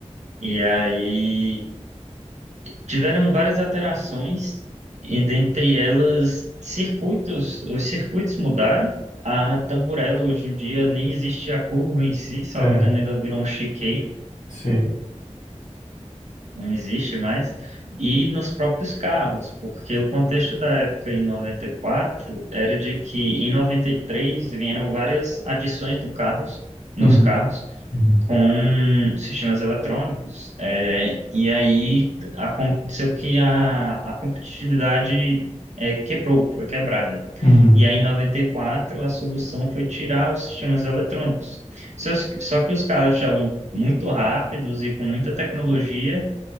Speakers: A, on the right; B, on the left.
A: E aí Tiveram várias alterações, e dentre elas, circuitos, os circuitos mudaram. A Tamburello hoje em dia nem existe a curva em si, salvo
B: é,
A: engano, ela virou um chicane,
B: sim.
A: não existe mais. E nos próprios carros, porque o contexto da época em 94 era de que em 93 vieram várias adições do carros, nos
B: Uhum,
A: carros
B: uhum,
A: com sistemas eletrônicos. É, e aí aconteceu que a, a competitividade é, quebrou, foi quebrada.
B: uhum.
A: E aí, em 94 a solução foi tirar os sistemas eletrônicos. Só, só que os carros estavam muito rápidos e com muita tecnologia,